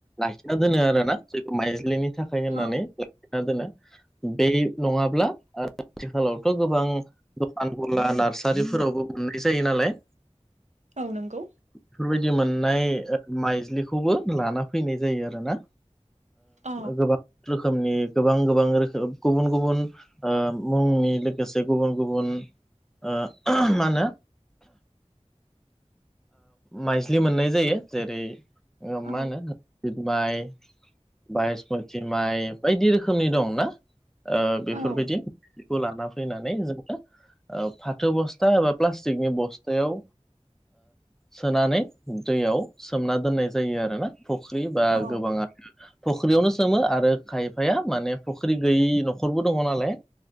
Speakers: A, in the centre; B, on the right (about 80°).
A: लाखिना दोनो आरोना जखौ माइजलिनि थाखाय होननानै
B: औ
A: लाखिना दोनो बे नङाब्ला आथिखालावथ' गोबां दखान गला नार्सारिफोरावबो मोननाय जायो नालाय
B: औ नोंगौ
A: बेफोरबायदि मोननाय माइज्लिखौबो लाना फैनाय जायो आरोना
B: औ
A: गोबां रोखोमनि गोबां गोबां रोखोम गुबुन गुबुन मुंनि लोगोसे गुबुन गुबुन मा होनो माइज्लि मोननाय जायो जेरै
B: औ
A: मा होनो सिद माइ बायस्मथि माइ बायदि रोखोमनि दं ना बेफोरबायदिखौ
B: औ
A: लाना फैनानै जों फाथो बस्था एबा प्लास्टिकनि बस्थायाव सोनानै दैयाव सोमना दोननाय जायो आरोना फुख्रि बा
B: औ
A: गोबाङानो फख्रियावनो सोमो आरो खायफाया माने फुख्रि गैयै न'खरबो दङ नालाय